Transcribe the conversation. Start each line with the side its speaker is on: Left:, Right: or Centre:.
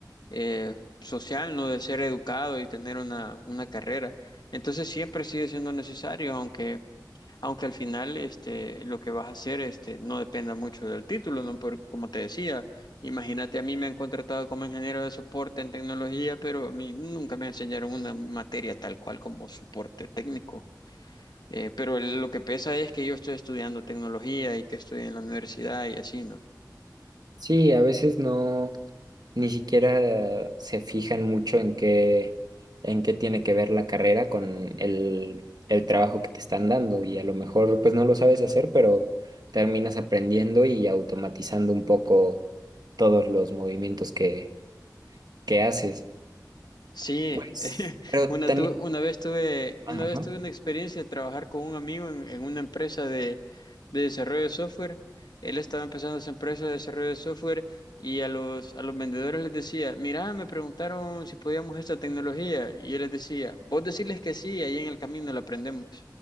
Left: eh, social, ¿no? De ser educado y tener una, una carrera. Entonces siempre sigue siendo necesario, aunque, aunque al final este, lo que vas a hacer este, no dependa mucho del título, ¿no? Porque como te decía, imagínate, a mí me han contratado como ingeniero de soporte en tecnología, pero a mí nunca me enseñaron una materia tal cual como soporte técnico. Eh, pero lo que pesa es que yo estoy estudiando tecnología y que estoy en la universidad y así, ¿no?
Right: Sí, a veces no, ni siquiera se fijan mucho en qué, en qué tiene que ver la carrera con el, el trabajo que te están dando y a lo mejor pues no lo sabes hacer, pero terminas aprendiendo y automatizando un poco todos los movimientos que, que haces.
Left: Sí,
Right: Pues,
Left: <laughs>
Right: pero
Left: una,
Right: también...
Left: tu- una vez tuve,
Right: Ajá.
Left: una vez tuve una experiencia de trabajar con un amigo en, en una empresa de, de desarrollo de software. Él estaba empezando su empresa de desarrollo de software y a los, a los vendedores les decía, mira, me preguntaron si podíamos esta tecnología. Y yo les decía, vos decirles que sí, ahí en el camino la aprendemos,